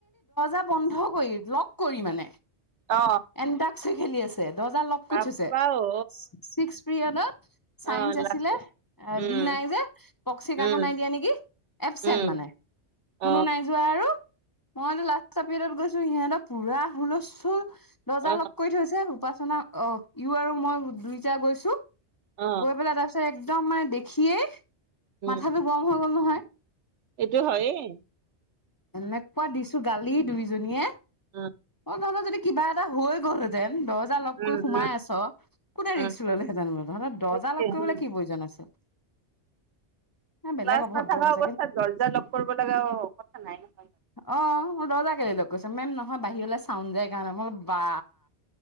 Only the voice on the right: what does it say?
অ
বাপ্পা
ঐ
অ
লাষ্টত উম
উম
উম
অ
অ
অ
উম
এইটো হয়েই
অ
উম
উম
উম
সেইটোৱে
উম
ক্লাছ
নাথকা
অৱস্থাত দৰ্জা লগ কৰিব লগা কথা নাই নহয়